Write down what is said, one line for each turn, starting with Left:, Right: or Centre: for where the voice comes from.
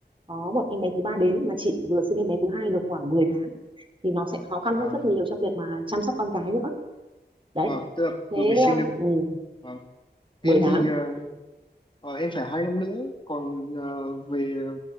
Right: có một em bé thứ ba đến mà chị vừa sinh em bé thứ hai được khoảng mười tháng thì nó sẽ khó khăn
Left: À,
Right: hơn rất nhiều trong việc mà chăm sóc con cái nữa đấy
Left: wow, tức là
Right: thế
Left: vừa mới sinh được.
Right: ừ,
Left: Vâng. Em
Right: mười tháng
Left: thì ờ, ờ, em phải hai năm nữa, còn ờ, về ờ,